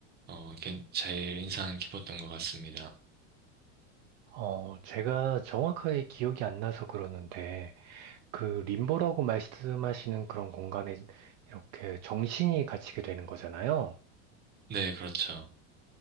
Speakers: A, on the right; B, on the right.
A: 어, 개- 제일 인상 깊었던 것 같습니다.
B: 어, 제가 정확하게 기억이 안 나서 그러는데, 그 림보라고 말씀하시는 그런 공간에 이렇게 정신이 갇히게 되는 거잖아요.
A: 네, 그렇죠.